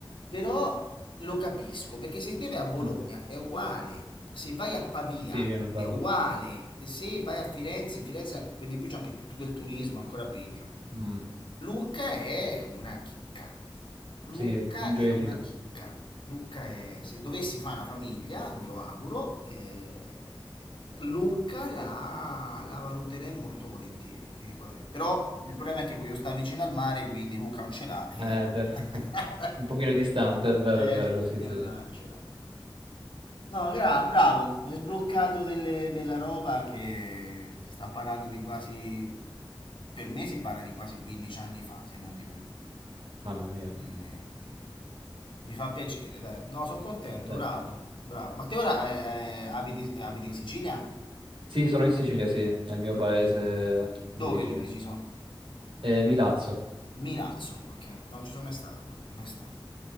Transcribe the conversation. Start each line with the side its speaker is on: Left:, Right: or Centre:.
Left: però lo capisco, perché se te vai a Bologna
Right: Mm.
Left: è uguale, se vai a Pavia
Right: Sì, ho notato.
Left: è uguale, se vai a Firenze, Firenze per di più c'è anche tutto quel turismo, ancora peggio.
Right: Mm.
Left: Lucca è una chicca. Lucca
Right: Sì, un gioiellino.
Left: è una chicca. Lucca è, se dovessi fare una famiglia, me lo auguro, eh, Lucca la, la valuterei molto volentieri, ti dico la verità. Però il problema è che voglio stare vicino al mare, quindi Lucca non ce l'ha e
Right: Eh
Left: allora...
Right: beh, <laughs> un pochino distante, è vero,
Left: <laughs>
Right: è vero,
Left: eh sì,
Right: sì,
Left: e
Right: sì.
Left: allora
Right: Eh,
Left: ce l'ha. No, gra- bravo, mi hai sbloccato delle- della roba che si sta parlando di quasi, per me si parla di quasi 15 anni fa, se non di più.
Right: mamma mia.
Left: Eh, Mi fa piacere, dai. No, sono contento,
Right: Dai.
Left: bravo, bravo. Ma te ora eh, eh, abiti, abiti in Sicilia?
Right: Sì, sono in Sicilia, sì, nel mio
Left: Ma
Right: paese
Left: Dove
Right: di origine.
Left: di preciso?
Right: Eh, Milazzo.
Left: Milazzo, ok. No, Non ci sono mai stato. Mai stato.